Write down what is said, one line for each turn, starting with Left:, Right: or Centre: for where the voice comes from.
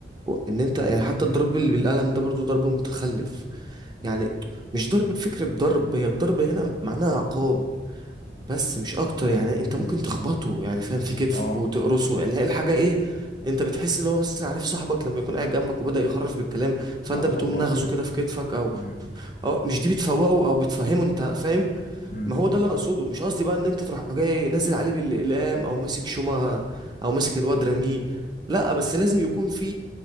Right: ان انت يعني حتى الضرب اللي بالقلم ده برضه ضرب متخلف يعني مش ضرب بفكرة ضرب هي الضرب هنا معناها عقاب بس مش اكتر يعني انت
Left: مم.
Right: ممكن تخبطه يعني فاهم في كتفه
Left: اه
Right: وتقرصه يعني هي الحاجه ايه انت بتحس اللي هو مثلا عارف صاحبك لما يكون قاعد جنبك وبدا يخرف بالكلام فانت
Left: اه
Right: بتقوم
Left: تخبطه
Right: نغزه
Left: كده
Right: كده في كتفك او
Left: مم.
Right: اه مش دي بتفوقه او بتفهمه انت فاهم
Left: مم.
Right: ما هو ده اللي انا اقصده مش قصدي بقى ان انت تروح جاي نازل عليه بالاقلام او ماسك شومة او ماسك الواد راميه لا بس لازم يكون في